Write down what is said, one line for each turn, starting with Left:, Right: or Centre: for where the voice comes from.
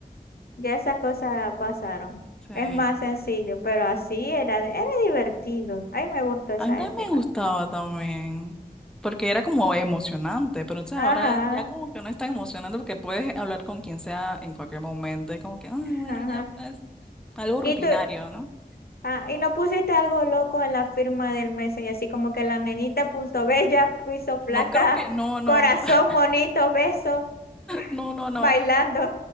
Left: ya esas cosas pasaron.
Centre: sí.
Left: Es más sencillo, pero así era, era divertido. A mí me gustó esa
Centre: A mí también
Left: época.
Centre: me gustaba también, porque era como emocionante, pero entonces
Left: Ajá,
Centre: ahora ya como que no es tan emocionante porque puedes hablar con quien sea en cualquier momento, es como que, ay, bueno,
Left: ajá.
Centre: ya pues". Algo rutinario,
Left: Y tú,
Centre: ¿no?
Left: ah, y no pusiste algo loco en la firma del Messenger, así como que la nenita puso bella, puso flaca,
Centre: No creo que, no, no,
Left: corazón,
Centre: no, <laughs>
Left: monito, beso,
Centre: no,
Left: <laughs>
Centre: no, no.
Left: bailando.